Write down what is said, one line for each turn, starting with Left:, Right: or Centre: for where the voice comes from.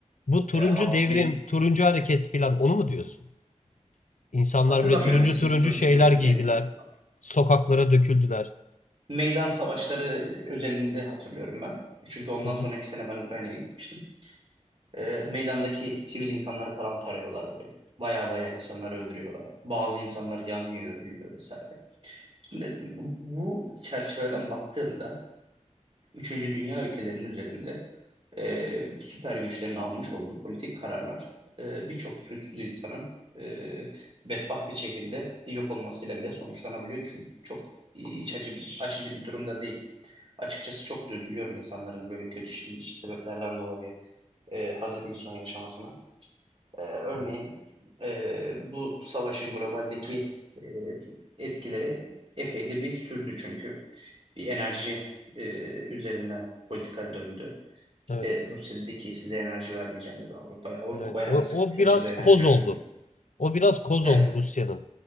Left: Bu turuncu
Right: E, halk
Left: devrim,
Right: bir,
Left: turuncu hareket falan onu mu diyorsun? İnsanlar
Right: hatırlamıyorum
Left: böyle turuncu
Right: ismi
Left: turuncu
Right: turuncu
Left: şeyler
Right: muydu
Left: giydiler.
Right: neydi?
Left: Sokaklara döküldüler.
Right: Meydan savaşları özelinde hatırlıyorum ben. Çünkü ondan
Left: Hı hı.
Right: sonraki sene ben Ukrayna'ya gitmiştim. Ee, meydandaki sivil insanları falan tarıyorlar böyle. Baya baya insanları öldürüyorlar. Bazı insanlar yanıyor, ölüyor vesaire. Şimdi bu çerçeveden baktığımda Üçüncü Dünya ülkelerinin üzerinde e, süper güçlerin almış olduğu politik kararlar e, birçok suçsuz insanın e, bedbaht bir şekilde yok olmasıyla bile sonuçlanabiliyor. Çünkü çok iç acı bir, açıcı bir durumda değil. Açıkçası çok da üzülüyorum insanların böyle kötü şi- sebeplerden dolayı e, hazin bir son yaşamasına. E, örneğin
Left: Evet.
Right: e, bu savaşın globaldeki e, etkileri epey de bir sürdü çünkü. Bir enerji e, üzerinden politika döndü. İşte
Left: Evet.
Right: Rusya dedi ki size enerji vermeyeceğim dedi Avrupa'ya. Avrupa
Left: Evet,
Right: bayağı
Left: o,
Right: bir sıkıntı
Left: o biraz
Right: yaşadı enerji
Left: koz
Right: özelinde.
Left: oldu. O biraz koz
Right: Evet.
Left: oldu Rusya'nın